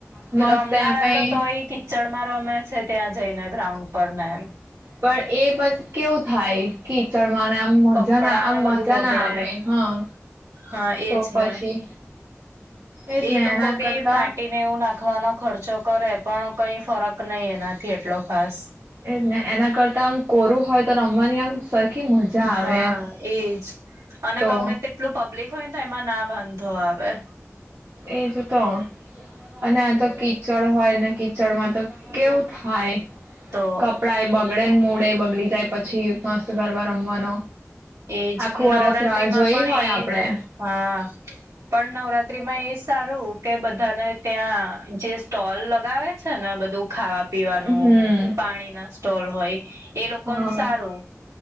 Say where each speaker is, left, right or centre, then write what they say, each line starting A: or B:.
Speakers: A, on the right (about 70°); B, on the right (about 90°).
A: મસ્ત
B: રમનારા
A: એમેય
B: તો તોય કીચડ માં રમે છે ત્યાં જઈને ગ્રાઉન્ડ પર ને એમ
A: પણ એ બસ કેવું થાય. કીચડમાં અને આમ મજા
B: કપડા
A: ના આમ
B: ને
A: મજા
B: બધું બગડે
A: ના આવે હા.
B: હા એજ
A: તો પછી
B: ને
A: એજ
B: એ
A: ને
B: લોકો
A: એના
B: બી
A: કરતા
B: માટે એવું નાખવાનો ખર્ચો કરે પણ કઈ ફરક નહી એનાથી એટલો ખાસ
A: એ જ ને એના કરતા આમ કોરું હોય તો રમવાની આમ સરખી મજા આવે
B: હા
A: એમ
B: એજ અને
A: તો
B: ગમે તે એટલું પબ્લિક હોય ને તો એમાં ના વાંધો આવે.
A: એજ તો અને આ તો કીચડ હોય ને કી કીચડમાં તો કેવું થાય
B: તો
A: કપડા એ બગડે ને મૂળે બગડી જાય પછી મસ્ત ગરબા રમવાનો
B: એજ
A: આખું
B: કે નવરાત્રીમાં
A: વરસ રાહ જોઈ
B: પણ
A: હોય
B: એ
A: આપડે
B: હા પણ નવરાત્રી માં એ જ સારું કે બધાને ત્યાં જે સ્ટોલ લગાવ્યા છે ને બધું ખાવા પીવાનું
A: હમ
B: પાણી ના સ્ટોલ હોય એ લોકોન
A: હ
B: સારું.